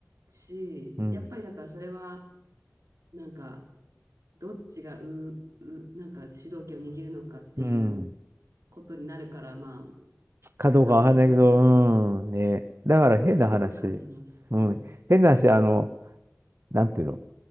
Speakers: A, on the right; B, on the right.
A: し、
B: うん、
A: やっぱりだからそれは、なんか、どっちがう、う、なんか主導権を握るのかっていう
B: うん。
A: ことになるから、ま
B: かどうかわかんないけど、
A: あ、あまり話さないのか、
B: うん、ね。だから変な話。
A: それをすごい感じます。
B: うん、
A: うん。い
B: 変な話、あの、なんていうの、